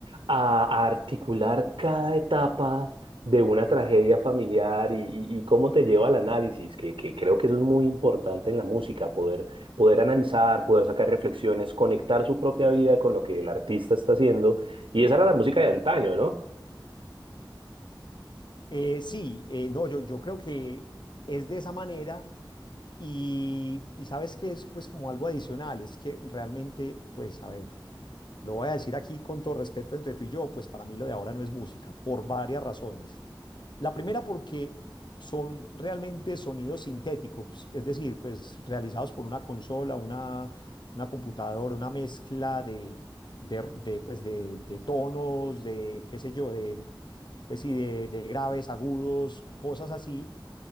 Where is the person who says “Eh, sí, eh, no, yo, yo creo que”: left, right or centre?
Left